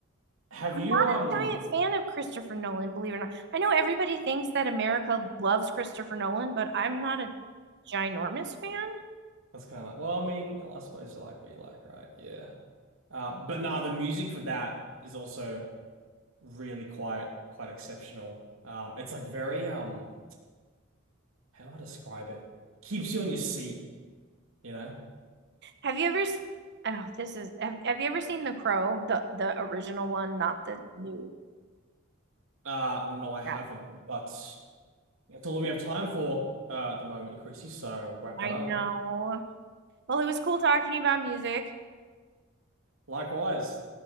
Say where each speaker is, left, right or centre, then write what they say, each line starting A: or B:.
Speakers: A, on the right; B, on the right.
A: Have
B: I'm
A: you
B: not
A: um?
B: a giant fan of Christopher Nolan, believe it or not. I know everybody thinks that America loves Christopher Nolan, but I'm not a ginormous fan.
A: That's kind of like, well, I mean, I suppose you like what you like, right? Yeah. Um, but nah, the music for that is also really quite quite exceptional. Um, it's like very um, how do I describe it? Keeps you on your seat, you know?
B: Have you ever s- oh, this is have, have you ever seen The Crow, the the original one, not the new?
A: Uh, no, I haven't,
B: Yeah,
A: but that's all we have time for uh, at the moment, Chrissy. So wrap
B: I
A: that up.
B: know. Well, it was cool talking about music.
A: Likewise.